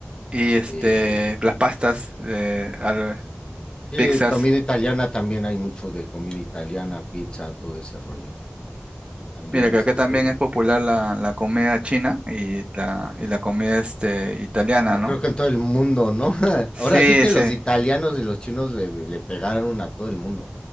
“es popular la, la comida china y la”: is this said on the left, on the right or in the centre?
Right